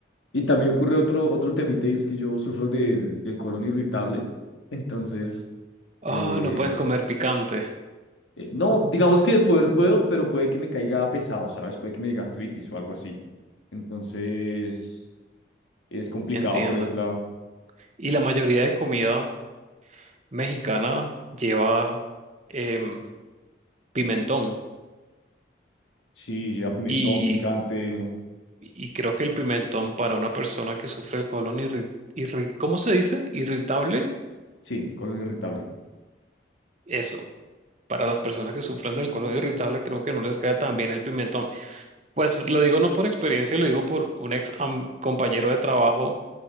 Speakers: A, on the left (about 85°); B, on the right (about 35°).
A: Y también ocurre otro, otro temita, y es que yo sufro del, del colon irritable. Entonces,
B: Ay,
A: eh,
B: no puedes comer picante,
A: Eh, no, digamos que de poder puedo, pero puede que me caiga pesado, ¿sabes? Puede que me dé gastritis o algo así. Entonces, es complicado
B: entiendo.
A: por ese lado.
B: Y la mayoría de comida mexicana lleva em, pimentón.
A: Sí, lleva pimentón,
B: Y,
A: picante.
B: y creo que el pimentón para una persona que sufre el colon irri- irri- ¿cómo se dice? Irritable,
A: Sí, colon irritable.
B: eso. Para las personas que sufren del colon irritable, creo que no les cae tan bien el pimentón. Pues lo digo no por experiencia, lo digo por un ex am- compañero de trabajo